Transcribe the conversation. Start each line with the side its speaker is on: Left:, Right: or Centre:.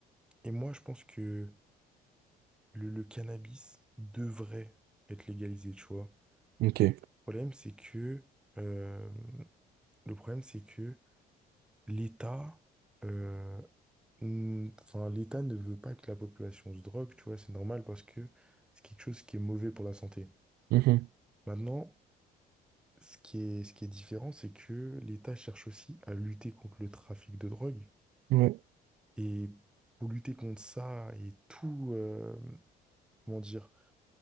Centre: et moi, je pense que le, le cannabis devrait être légalisé, tu vois. Le
Right: Ok.
Centre: problème, c'est que, euh, le problème, c'est que l'État, euh, Hmm, Enfin, l'État ne veut pas que la population se drogue, tu vois, c'est normal parce que c'est quelque chose qui est mauvais pour la santé.
Right: Mhm.
Centre: Maintenant, ce qui est, ce qui est différent, c'est que l'État cherche aussi à lutter contre le trafic de drogue.
Right: Ouais,
Centre: Et pour lutter contre ça et tout, euh, comment dire,